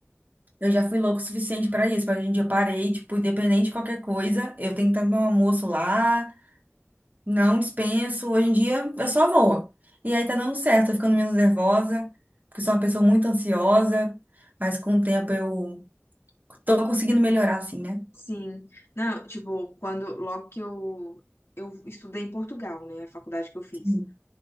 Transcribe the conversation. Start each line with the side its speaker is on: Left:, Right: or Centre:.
Right: eu já fui louco o suficiente pra isso, mas hoje em dia eu parei, tipo, independente de qualquer coisa, eu tenho que estar no meu almoço lá, não dispenso. Hoje em dia eu só vou. E aí tá dando certo, tô ficando menos nervosa, porque sou uma pessoa muito ansiosa, mas com o tempo eu tô conseguindo melhorar, assim, né?
Left: sim. Não, tipo, quando logo que eu eu estudei em Portugal, né? A faculdade que eu fiz.
Right: Sim.